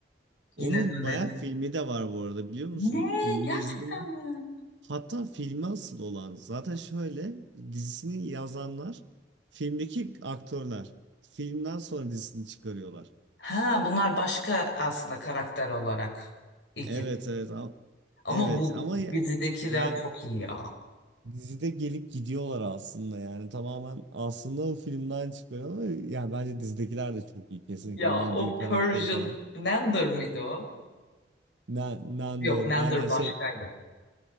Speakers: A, on the left; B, on the right.
A: Yine
B: Onun
A: dönerim.
B: bayağı filmi de var bu arada biliyor musun?
A: Ne?
B: Filmini
A: Gerçekten
B: de izledin mi?
A: mi?
B: Hatta filme asıl olan zaten şöyle dizisini yazanlar filmdeki aktörler. Filmden sonra dizisini çıkarıyorlar.
A: Ha, bunlar başka aslında karakter olarak ilk.
B: Evet evet ama,
A: Ama
B: evet
A: bu
B: ama ya-
A: dizidekiler
B: yani
A: çok iyi ya.
B: dizide gelip gidiyorlar aslında yani tamamen aslında o filmden çıkıyor ama yani bence dizidekiler de çok iyi kesinlikle
A: Ya o
B: Nadia
A: Persian
B: karakteri falan.
A: Nander mıydı o?
B: Na, Nandor
A: Yok Nander
B: aynen
A: başkaydı.
B: şey